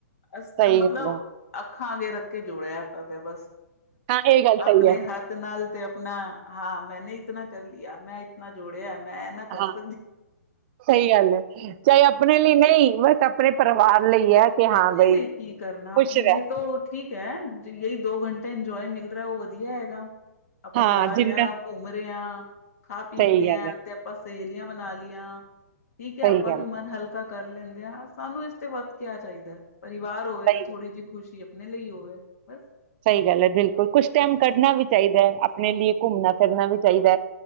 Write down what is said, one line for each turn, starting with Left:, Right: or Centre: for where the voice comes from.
Left: ਅ
Right: ਸਹੀ
Left: ਮਤਲਬ,
Right: ਗੱਲ ਹੈ
Left: ਅੱਖਾਂ ਅੱਗੇ ਰੱਖ ਕੇ ਜੋੜਿਆ। ਅ ਤੇ ਬਸ
Right: ਹਾਂ ਇਹ ਗੱਲ ਸਹੀ
Left: ਆਪਣੇ
Right: ਹੈ
Left: ਹੱਤ ਨਾਲ ਤੇ ਨਾ ਹਾਂ ਮੈਂਨੇ ਇਤਨਾ ਕਰ ਲਿਆ ਮੈਂ ਇਤਨਾ ਜੋੜਿਆ ਮੈਂ ਇਹ ਨਾ ਕਰ
Right: ਹਾਂ
Left: ਸਕਦੀ
Right: ਸਹੀ ਗੱਲ ਏ, ਚਾਹੇ ਆਪਣੇ ਲਈ ਨਹੀਂ ਬਸ ਪੂਰੇ ਪਰਿਵਾਰ ਲਈ ਹੈ ਕਿ
Left: ਅਪਨੇ
Right: ਹਾਂ ਬਈ
Left: ਲਿਏ ਕੀ ਕਰਨਾ
Right: ਖੁਸ਼
Left: ਅਪਨੇ
Right: ਰਹਿ
Left: ਲਿਏ ਤੋੰ ਠੀਕ <inaudible> ਯੇਈ ਦੋ ਘੰਟੇ ਇੰਜੋਏ ਮਿਲ ਰਿਹਾ ਉਹ ਵਧੀਆ ਹੈਗਾ। ਆਪਾਂ
Right: ਹਾਂ
Left: ਜਾ ਰੇ
Right: ਜਿੰਨਾ
Left: ਆ, ਘੁੰਮ ਰੇ ਆ, ਖਾ-ਪੀ
Right: ਸਹੀ
Left: ਰੇ
Right: ਗੱਲ
Left: ਆ
Right: ਹੈ
Left: ਤੇ ਆਪਾਂ ਸਹੇਲੀਆਂ ਬਨਾ ਲੀਆਂ ਠੀਕ ਏ
Right: ਸਹੀ
Left: ਅਪਾਂ
Right: ਗੱਲ
Left: ਵੀ ਮਨ ਹਲਕ-' ਕ ਕਰ ਲੈਂਦੇ ਆ ਸਾਨੂੰ ਇਸ ਤੇ ਵੱਤ ਕਿਆ ਚਾਹੀਦਾ ਏ। ਪਰਿਵਾਰ ਹੋਵੇ
Right: ਸਹੀ
Left: ਤੇ
Right: ਗੱਲ
Left: ਥੋੜ੍ਹੀ ਜਿ ਖੁਸ਼ੀ ਮੇ ਲਈ ਹੋਵੇ, ਬਸ
Right: ਸਹੀ ਗੱਲ ਏ ਬਿਲਕੁਲ ਕੁਛ ਟੈਮ ਕੱਢਣਾ ਵੀ ਚਾਹੀਦਾ ਹੈ, ਅਪਣੇ ਲੀਏ ਘੁੰਮਣਾ ਫਿਰਨਾ ਵੀ ਚਾਹੀਦਾ।